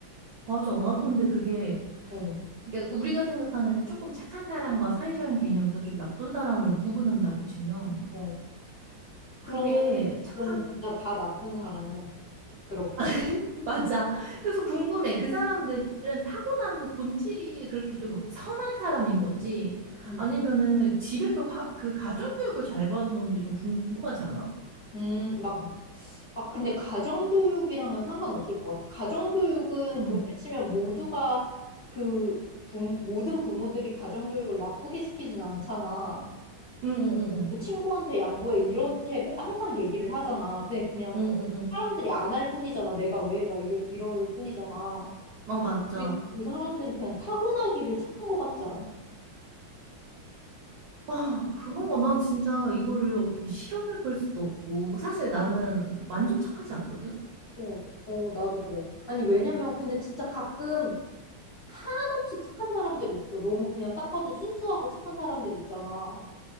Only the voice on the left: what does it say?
어,
어. 그러면,
그럼 진짜 다 나쁜 사람이야. 그렇게.
음,
음, 막, 아, 근데 가정교육이랑은 상관없을 것 같아. 가정교육은
그렇게 치면 모두가 그, 부, 모든 부모들이 가정교육을 나쁘게 시키진 않잖아.
뭐 친구한테 양보해. 이렇게 항상 얘기를 하잖아. 그냥, 그냥
사람들이 안 할 뿐이잖아. 내가 왜? 막 이럴, 이럴 뿐이잖아.
그데그 사람들은 그냥 타고나기를 착한 것 같지 않아?
어, 어, 나도 그래. 아니, 왜냐면, 근데 진짜 가끔 한없이 착한 사람들이 있어. 너무 그냥 딱 봐도 순수하고 착한 사람들 있잖아.